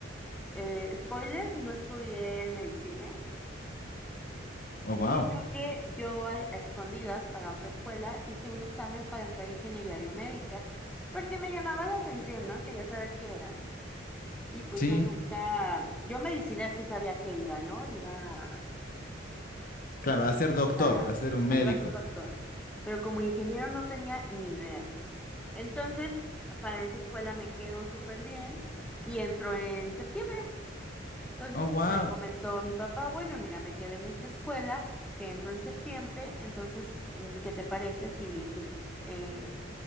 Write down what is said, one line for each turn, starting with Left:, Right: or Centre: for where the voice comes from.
Centre: eh, spoiler, no estudié medicina,
Left: Oh, wow.
Centre: sino que yo a, a escondidas para otra escuela hice un examen para entrar en ingeniería biomédica, porque me llamaba la atención, ¿no? Quería saber qué era. Y pues
Left: Sí,
Centre: yo nunca, yo medicina sí sabía que iba, ¿no? Iba,
Left: claro, a ser doctor,
Centre: iba,
Left: a ser un médico.
Centre: a iba a ser doctor, pero como ingeniero no tenía ni idea. Entonces, para esa escuela me quedo súper bien y entró en septiembre. Entonces
Left: Oh, wow.
Centre: le comentó a mi papá, bueno, mira, me quedé en esta escuela que entro en septiembre, entonces, mm, ¿qué te parece si pues eh,